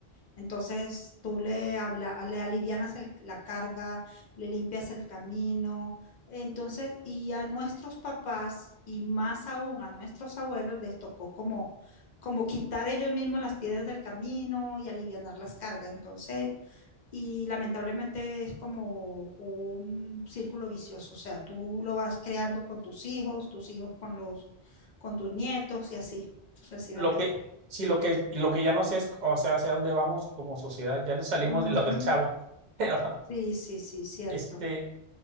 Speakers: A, on the left; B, on the right.
A: Entonces tú le habla, le alivianas el- la carga, le limpias el camino. Entonces, y a nuestros papás y más aún a nuestros abuelos les tocó como, como quitar ellos mismos las piedras del camino y alivianar las cargas. Entonces, y lamentablemente es como un círculo vicioso. O sea, tú lo vas creando con tus hijos, tus hijos con los, con tus nietos y así sucesivamente.
B: Lo que, sí, lo que, lo que ya no sé es, o sea, hacia dónde vamos como sociedad. Ya no salimos
A: Ujú.
B: de lo del chavo, <laughs> pero
A: Sí, sí, sí, cierto.
B: este.